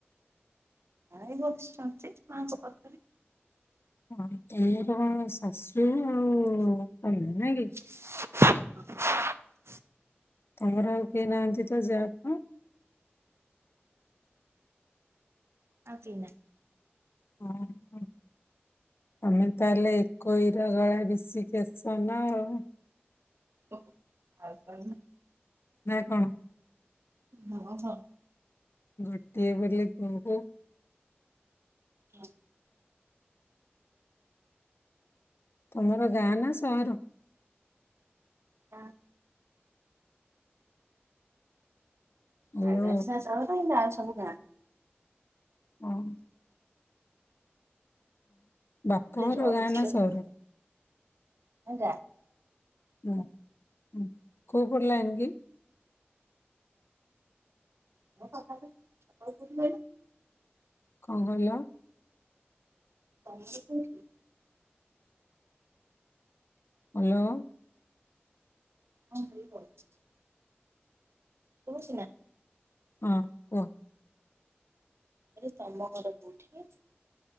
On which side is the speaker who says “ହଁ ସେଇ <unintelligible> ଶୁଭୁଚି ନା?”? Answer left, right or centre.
Right